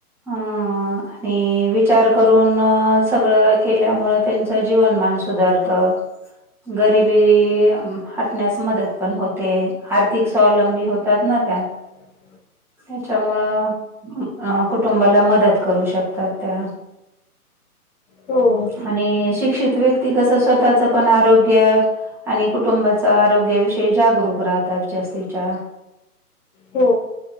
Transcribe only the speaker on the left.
ह <inaudible>
हो
हो.